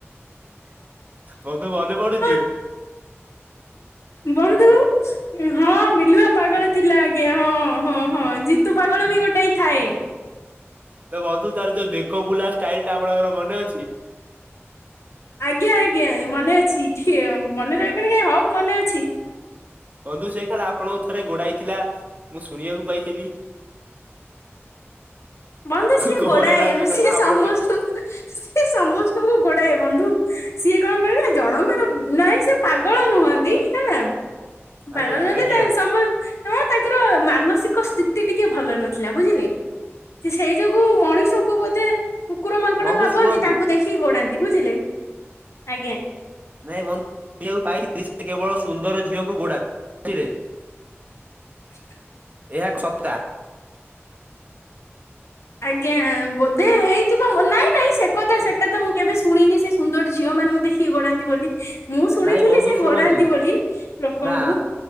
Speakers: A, on the right (about 35°); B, on the left (about 70°).
A: ବନ୍ଧୁ ମନେ ପଡୁଚି?
B: ହଁ ବନ୍ଧୁ। ହଁ ବିଲୁଆ ପାଗଳ ଥିଲା ଆଜ୍ଞା ହଁ ହଁ ହଁ ଜିତୁ ପାଗଳ ବି ଗୋଟାଏ ଥାଏ?
A: ତ ବନ୍ଧୁ ତାର ଯୋଉ ବେକ ବୁଲା ଷ୍ଟାଇଲି ଟା ଆପଣଙ୍କର ମନେ ଅଛି?
B: ଆଜ୍ଞା ଆଜ୍ଞା ମନେ ଅଛି ଠିୟ ମନେ ରହିବନି କାଇଁ ହକ୍ ମନେ ଅଛି।
A: ବନ୍ଧୁ ସେ କାଳେ ଆପଣଙ୍କୁ ଥରେ ଗୋଡାଇଥିଲା ମୁଁ ଶୁଣିବାକୁ ପାଇଥିଲି?
B: ବନ୍ଧୁ ସିଏ
A: କଣ
B: ଗୋଡାଏ
A: ହେଲା ସେ କଥା
B: ସିଏ
A: ଆପଣ
B: ସମସ୍ତଙ୍କୁ
A: ଟିକେ
B: ସିଏ ସମସ୍ତଙ୍କୁ ଗୋଡାଏ ବନ୍ଧୁ। ସିଏ କଣ କହିଲ ଜଣଙ୍କର, ନାଇଁ ସେ ପାଗଳ ନୁହନ୍ତି ହେଲା।
A: ଆଜ୍ଞା
B: ପାଗଳ ନୁହଁନ୍ତି
A: ଆଜ୍ଞା।
B: ତ ସମ ହଁ ତାଙ୍କର ମାନସିକ ସ୍ଥିତି ଟିକେ ଭଲ ନଥିଲା ବୁଝିଲେ। ସେଇ ଯୋଗୁ ମଣିଷ କୁ ବୋଧେ କୁକୁର ମାଙ୍କଡ
A: ବନ୍ଧୁ
B: ଭାବନ୍ତି,
A: ଶୁଣନ୍ତୁ
B: ତାଙ୍କୁ ଦେଖ ଖି ଗୋଡାନ୍ତି ବୁଝିଲେ। ଆଜ୍ଞା।
A: ନାଇଁ ବନ୍ଧୁ <unintelligible> ପାଇଥିଲି ସେ କେବଳ ସୁନ୍ଦର ଝିଅକୁ ଗୋଡା <unintelligible> ବୁଝିଲେ। <inaudible>
B: <inaudible>
A: ଏହା। <inaudible>
B: ଆଜ୍ଞା ବୋଧେ ହେଇଥିବ <unintelligible> ନାଇଁ ନାଇଁ ସେ କଥା ସେଟା ତ ମୁଁ କେବେ ଶୁଣିନି, ସେ ସୁନ୍ଦର ଝିଅ ମାନଙ୍କୁ ଦେଖିକି ଗୋଡାନ୍ତି ବୋଲି। ମୁଁ ଶୁଣିଥିଲି
A: ନାଇଁ ବନ୍ଧୁ
B: ସେ
A: ଶୁଣନ୍ତୁ
B: ଘୋଡାନ୍ତି ବୋଲି ଲୋକଙ୍କୁ।
A: ନା